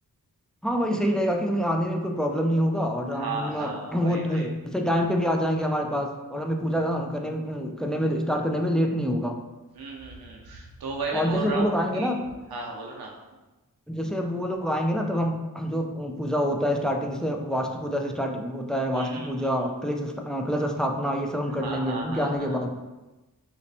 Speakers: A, in the centre; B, on the right (about 85°).
A: हाँ वही सही रहेगा कि उन्हें आने में कोई प्रॉब्लम नहीं होगा और हम
B: हाँ हाँ
A: अ,
B: वही
A: वो ट-
B: वही
A: से टाइम पे भी आ जाएंगे हमारे पास और हमें पूजा करने में- करने में स्टार्ट करने में लेट नहीं होगा
B: हम्म हम्म हम्म तो वही मैं
A: और
B: बोल
A: जैसे वो
B: रहा हूँ
A: लोग आएंगे
B: कि
A: ना
B: हाँ हाँ बोलो ना
A: जैसे अब वो लोग आएंगे ना तब हम हम जो पूजा होता है स्टार्टिंग जैसे वास्तु पूजा से स्टार्टिंग होता है
B: हम्म
A: वास्तु
B: हम्म
A: पूजा
B: हम्म हम्म
A: कलश स्था- अ, कलश स्थापना ये सब हम कर
B: हाँ
A: लेंगे
B: हाँ
A: उनके
B: हाँ
A: आने
B: हाँ
A: के बाद